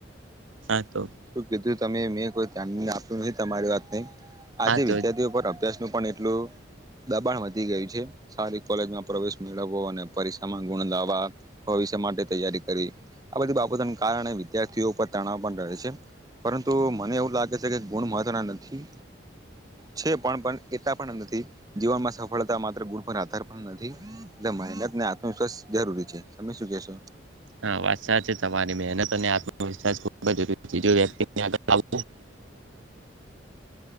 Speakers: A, on the right; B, on the right.
A: હા તો
B: શું કીધું તમે મેં કોઈ ધ્યાન ની આપ્યું મેં તમારી વાતને આજે
A: હા તો
B: વિદ્યાર્થીઓ પર અભ્યાસ નું પણ એટલું દબાણ વધી ગયું છે. સારી કોલેજમાં પ્રવેશ મેળવવો અને પરીક્ષામાં ગુણ લાવા <inaudible> પરીક્ષા માટે તૈયારી કરી. આ બધી બાબતોનું કારણ એ વિદ્યાર્થીઓ પર તણાવ પણ રહે છે. પરંતુ મને એવું લાગે છે કે ગુણ મહત્વના નથી. છે. પણ પણ એતા પણ નથી જીવનમાં સફળતા માત્ર ગુણ પર આધાર પણ નથી. એટલે મહેનતને આત્મવિશ્વાસ જરૂરી છે તમે શું કેશો?
A: હા વાત સાત છે તમારી મનતને આત્મવિશ્વાસ ખબ જરીક્તિ આળ